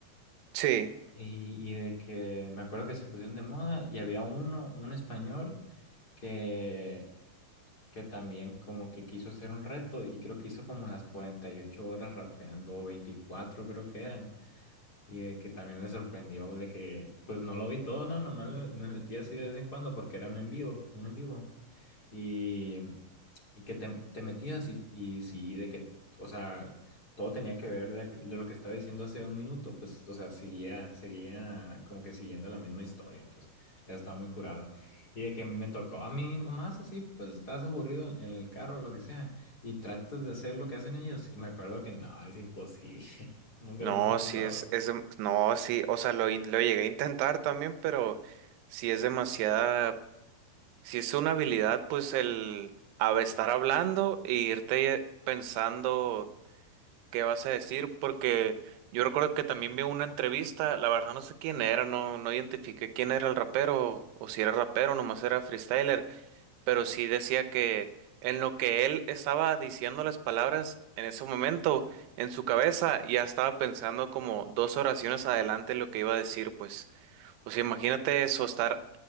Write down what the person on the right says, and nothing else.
Sí.
No,
sí es, es, dem- no, sí, o sea, lo, in- lo llegué a intentar también, pero sí es demasiada, sí es una habilidad, pues el hab- estar hablando e irte pensando qué vas a decir, porque yo recuerdo que también vi una entrevista, la verdad no sé quién era, no, no identifiqué quién era el rapero, o si era rapero, nomás era freestyler, pero sí decía que en lo que él estaba diciendo las palabras en ese momento, en su cabeza ya estaba pensando como dos oraciones adelante lo que iba a decir, pues, o sea, imagínate eso, estar,